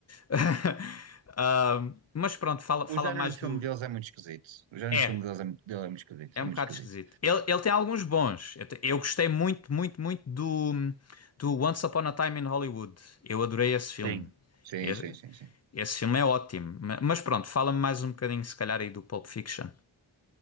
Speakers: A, on the left; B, on the right.
A: <laughs> Ah, mas pronto, fala,
B: O
A: fala
B: género
A: mais
B: do
A: do.
B: filme deles é muito esquisito. O género
A: É.
B: do filme deles é, mu- dele é muito esquisito.
A: É
B: É
A: um
B: muito
A: bocado
B: esquisito.
A: esquisito. Ele, ele tem alguns bons. Eu, te- eu gostei muito, muito, muito do, do Once Upon a Time in Hollywood. Eu adorei esse filme.
B: Sim. Sim,
A: E-
B: sim, sim, sim.
A: Esse filme é ótimo. Ma- Mas pronto, fala-me mais um bocadinho, se calhar, aí do Pulp Fiction.